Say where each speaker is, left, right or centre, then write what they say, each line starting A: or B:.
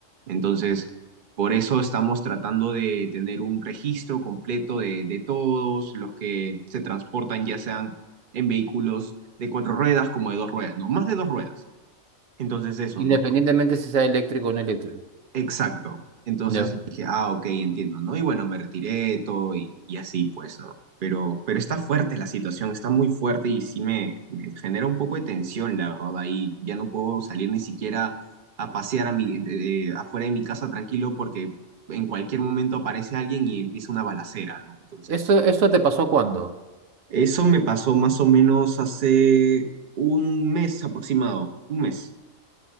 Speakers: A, on the right (about 45°); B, on the right (about 80°).
A: Entonces... Por eso estamos tratando de tener un registro completo de, de todos los que se transportan, ya sean en vehículos de cuatro ruedas como de dos ruedas, ¿no? Más de dos ruedas. Entonces eso,
B: Independientemente
A: ¿no?
B: si sea eléctrico o no eléctrico.
A: Exacto. Entonces
B: Ya.
A: le dije, ah, ok, entiendo, ¿no? Y bueno, me retiré todo y, y así, pues, ¿no? Pero, pero está fuerte la situación, está muy fuerte y sí me, me genera un poco de tensión, la verdad. Ahí ya no puedo salir ni siquiera a pasear a mi, de- de- afuera de mi casa tranquilo porque en cualquier momento aparece alguien y empieza una balacera, ¿no? Entonces,
B: ¿Esto, esto te pasó cuándo?
A: eso me pasó más o menos hace un mes aproximado, un mes,